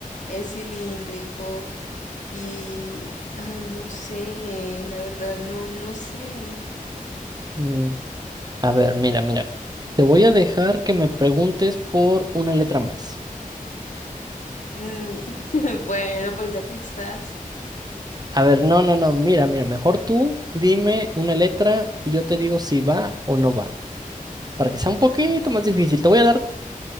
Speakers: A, on the left; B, on the right.
A: Es cilíndrico. Y, ay, no sé, la verdad, no, no sé.
B: Mm, A ver, mira, mira. Te voy a dejar que me preguntes por una letra más.
A: Mm, <laughs> Bueno, pues ya que estás.
B: A ver, no, no, no, mira, mira, mejor tú dime una letra y yo te digo si va o no va. Para que sea un poquito más difícil, te voy a dar